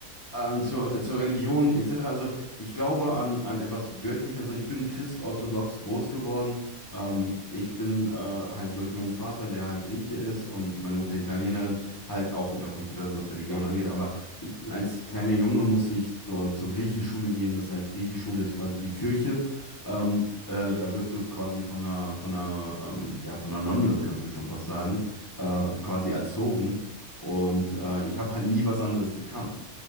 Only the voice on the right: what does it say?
Ja,
cool.
Hm,
hm,